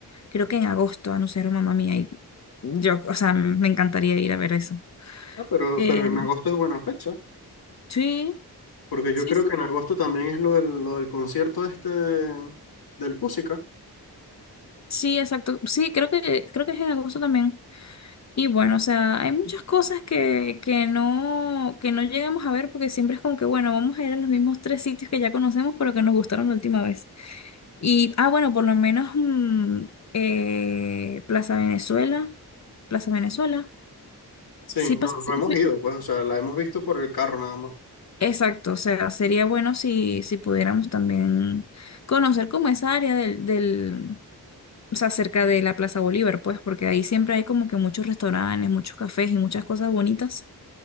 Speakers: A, on the left (about 45°); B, on the left (about 65°).
A: Creo que en agosto anunciaron Mamá Mía y yo, o sea, me encantaría ir a ver eso.
B: Ah, pero,
A: Eh,
B: pero en agosto es buena fecha,
A: sí,
B: porque yo
A: sí,
B: creo
A: sí,
B: que en agosto también es lo del, lo del concierto este de- del Cusica.
A: sí, exacto. Sí, creo que, creo que es en agosto también. Y bueno, o sea, hay muchas cosas que, que no, que no llegamos a ver porque siempre es como que, bueno, vamos a ir a los mismos tres sitios que ya conocemos, pero que nos gustaron la última vez. Y, ah, bueno, por lo menos mm, eh, Plaza Venezuela, Plaza Venezuela,
B: Sí,
A: sí,
B: no,
A: pas- sí,
B: no hemos
A: fui-
B: ido, pues, o sea, la hemos visto por el carro nada más.
A: Exacto, o sea, sería bueno si, si pudiéramos también conocer como esa área del, del, o sea, cerca de la Plaza Bolívar, pues, porque ahí siempre hay como que muchos restaurantes, muchos cafés y muchas cosas bonitas.